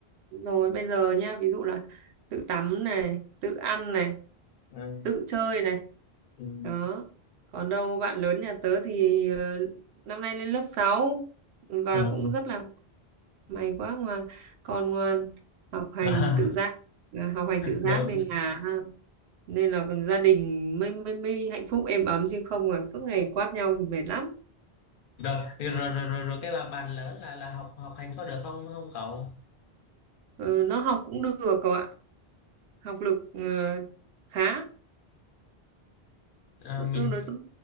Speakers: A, on the right; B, on the left.
A: rồi bây giờ nha ví dụ là tự tắm này tự ăn này
B: Ừ.
A: tự chơi này
B: ừ.
A: đó còn đâu bạn lớn nhà tớ thì ờ, năm nay lên lớp 6 và
B: Ờ.
A: cũng rất là may quá ngoan con ngoan học hành
B: à,
A: tự giác
B: <laughs>
A: à, học hành tự giác
B: rồi,
A: nên là nên là gia đình mới mới mới hạnh phúc êm ấm chứ không là suốt ngày quát nhau thì mệt lắm
B: rồi, rồi, rồi, rồi, rồi cái bà bàn lớn là là học học hành có được không không cậu
A: Ờ, nó học cũng được cậu ạ học lực ờ, khá
B: à,
A: tự-
B: mình
A: tương đối tốt